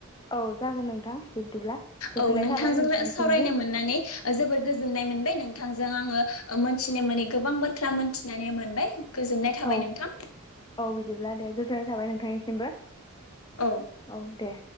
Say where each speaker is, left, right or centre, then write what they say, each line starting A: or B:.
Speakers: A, on the left (about 20°); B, on the left (about 75°).
A: औ जागोन नोंथां। बिब्दिब्ला गोजोननाय
B: औ नोंथांजों
A: थाबाय नोंथांनिसिमबो
B: सावरायनो मोननानै जोबोर गोजोननाय मोनबाय नोंथांजों आङो मोनथिनो मोनै गोबां बाथ्रा मोनथिनानै मोनबाय। गोजोननाय थाबाय
A: औ
B: नोंथां
A: औ बिदिब्ला दे गोजोननाय थाबाय नोंथांनिसिमबो।
B: औ
A: औ दे।